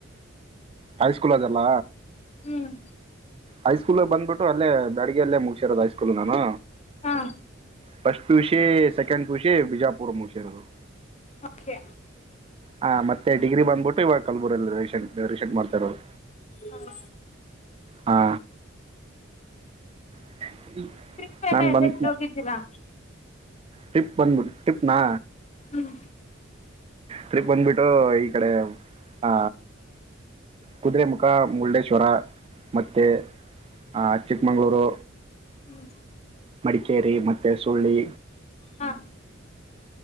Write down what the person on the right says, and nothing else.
ಹೈ ಸ್ಕೂಲ್ ಅದೆಲ್ಲ.
ಹೈ ಸ್ಕೂಲ್ ಬಂದ್ಬಿಟ್ಟು ಅಲ್ಲೇ ಬ್ಯಾಡಗೆಯಲ್ಲೇ ಮುಗಸಿರೋದು ಹೈ ಸ್ಕೂಲ್ ನಾನು.
first P U C, second P U C Bijapur ಅಲ್ಲಿ ಮುಗಿಸಿರೋದು ನಾನು.
ಹಾ ಮತ್ತೆ ಡಿಗ್ರಿ ಬಂದಬಿಟ್ಟು ಇವಾಗ ಕಲಬುರಲ್ಲಿಟ್ ರೀಸೆಟ್ ಮಾಡತಿರೋದು.
ಹಾ <inaudible>
ಬಂದ್
ಟ್ರಿಪ್ ಬಂದಬಿಟ್ಟು ಟ್ರಿಪ್ನಾ.
ಟ್ರಿಪ್ ಬಂದ್ಬಿಟ್ಟು ಈ ಕಡೆ ಆ. ಕುದುರೆಮುಖ ಮುರುಡೇಶ್ವರ ಮತ್ತೆ. ಆಹ ಚಿಕ್ಕಮಂಗ್ಗಳೂರು
ಮಡಿಕೇರಿ ಮತ್ತೆ ಸುಳ್ಳಿ.